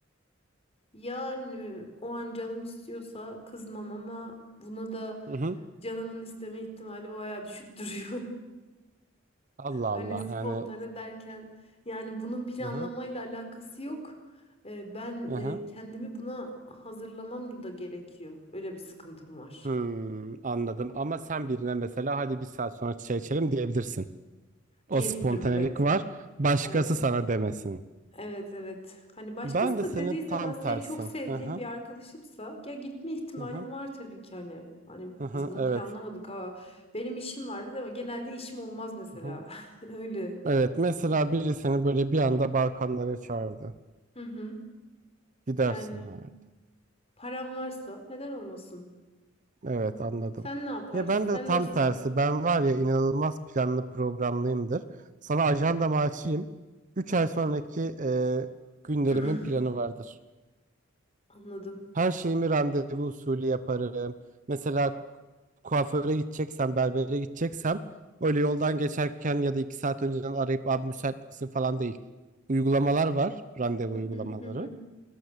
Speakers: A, on the left; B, on the right.
A: Yani o an canım istiyorsa kızmam ama buna da
B: Hı hı.
A: canımın isteme ihtimali bayağı düşük duruyor. <laughs>
B: Allah
A: Hani
B: Allah
A: spontane
B: yani
A: derken yani bunun planlamayla
B: hı hı,
A: alakası yok. Ee, ben
B: hı
A: e,
B: hı.
A: kendimi buna hazırlamam da gerekiyor. Öyle bir sıkıntım var.
B: Hmm, anladım ama sen birine mesela hadi bir saat sonra çay içelim diyebilirsin. O
A: Diyebilirim
B: spontanelik
A: evet.
B: var. Başkası
A: Evet.
B: sana demesin.
A: Evet evet. Hani başkası
B: Ben de
A: da
B: senin
A: dediği zaman
B: tam
A: se
B: tersin.
A: çok sevdiğim
B: Hı hı,
A: bir arkadaşımsa ya gitme ihtimalim
B: hı hı,
A: var tabii ki hani. Hani
B: hı hı,
A: biz bunu
B: evet.
A: planlamadık ha. Benim işim vardı değil mi? Genelde işim olmaz mesela.
B: Hı hı.
A: <laughs> Öyle.
B: Evet mesela biri seni böyle bir anda Balkanlara çağırdı.
A: Hı hı.
B: Gidersin.
A: Yani
B: yani.
A: param varsa neden olmasın?
B: Evet anladım.
A: Sen ne yaparsın?
B: Ya ben
A: Sen
B: de tam
A: nasılsın?
B: tersi. Ben var ya inanılmaz planlı programlıyımdır. Sana ajandamı açayım. 3 ay sonraki e, günlerimin
A: <clears throat>
B: planı vardır.
A: Anladım.
B: Her şeyimi randevu usulü yaparım. Mesela kuaföre gideceksem, berbere gideceksem öyle yoldan geçerken ya da 2 saat önceden arayıp abi müsait misin falan değil. Uygulamalar var, randevu uygulamaları.
A: Hı hı hı.